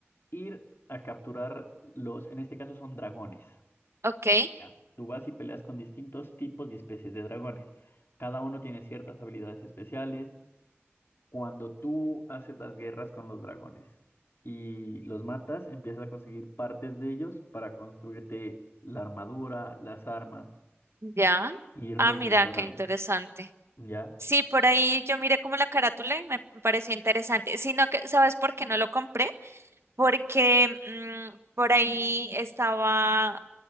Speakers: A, on the left (about 60°); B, on the right (about 70°).
A: ir a capturar los, en este caso son dragones.
B: ok,
A: Ya, Tú vas y peleas con distintos tipos y especies de dragones. Cada uno tiene ciertas habilidades especiales. Cuando tú haces las guerras con los dragones y los matas, empiezas a conseguir partes de ellos para construirte la armadura, las armas,
B: ya.
A: e irlos
B: Ah, mira,
A: mejorando.
B: qué interesante.
A: ¿Ya?
B: Sí, por ahí yo miré como la carátula y me pareció interesante. Sino que, ¿sabes por qué no lo compré? Porque mm, por ahí estaba